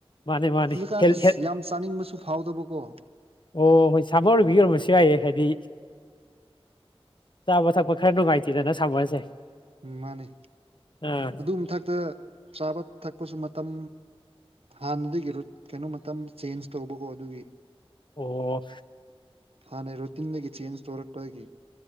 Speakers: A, on the left; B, on the right.
A: ꯃꯥꯅꯦ ꯃꯥꯅꯦ
B: ꯍꯧꯖꯤꯛꯀꯥꯟ
A: ꯍꯦꯜ
B: ꯑꯁ
A: ꯍꯦꯜ
B: ꯌꯥꯝ ꯆꯥꯅꯤꯡꯕꯁꯨ ꯐꯥꯎꯗꯕꯀꯣ
A: ꯑꯣ ꯍꯣꯏ ꯁꯥꯕ ꯑꯣꯏꯔꯤꯕ ꯌ ꯑꯣꯏꯔꯝꯕꯁꯨ ꯌꯥꯏꯑ ꯍꯥꯏꯗꯤ ꯆꯥꯕ ꯊꯛꯄ ꯈꯔ ꯅꯨꯡꯉꯥꯏꯇꯦꯗꯅ ꯁꯥꯝꯃꯔꯁꯦ
B: ꯎꯝ ꯃꯥꯅꯦ
A: ꯑꯥ
B: ꯃꯥꯊꯛꯇ ꯆꯥꯕ ꯊꯛꯄꯁꯨ ꯃꯇꯝ ꯍꯥꯟꯅꯗꯒꯤ ꯔꯨꯠ ꯀꯩꯅꯣ ꯃꯇꯝ ꯆꯦꯟꯖ ꯇꯧꯕꯀꯣ ꯑꯗꯨꯒꯤ
A: ꯑꯣ
B: ꯍꯥꯟꯅ ꯔꯣꯇꯤꯟꯗꯒꯤ ꯆꯦꯟꯖ ꯇꯧꯔꯛꯄꯗꯒꯤ